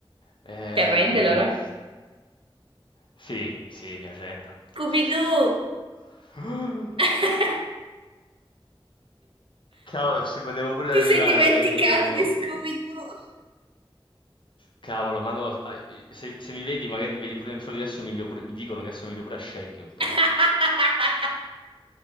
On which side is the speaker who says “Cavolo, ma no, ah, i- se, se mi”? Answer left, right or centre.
Left